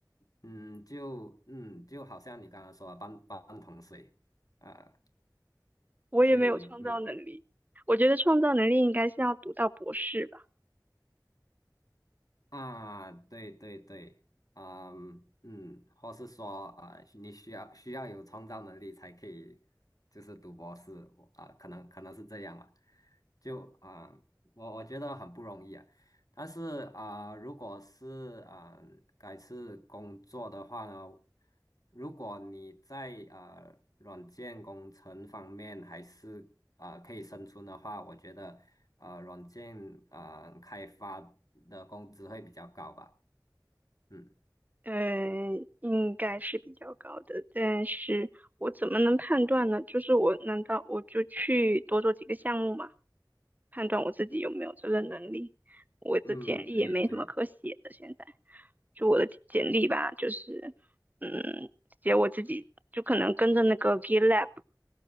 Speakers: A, on the left; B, on the right.
A: 嗯就嗯就好像你刚刚说的半半桶水啊、
B: 我也没有创造能力，
A: 所以嗯。
B: 我觉得创造能力应该是要读到博士。吧。
A: 啊，对对对，嗯嗯，或是说啊、呃你需要需要有创造能力才可以，就是读博士，我啊、可能可能是这样吧，就啊、我我觉得很不容易啊。但是啊、如果是啊、改次工作的话呢，如果你在啊、软件工程方面还是啊、可以生存的话，我觉得啊、软件啊、开发的工资会比较高吧。嗯
B: 嗯，应该是比较高的，但是我怎么能判断呢？就是我难道我就去多做几个项目嘛，判断我自己有没有这个能力？我的简历也没什么可写的，
A: 嗯，对对，
B: 现在就我的简简历吧，就是嗯，写我自己，就可能跟着那个 GitLab，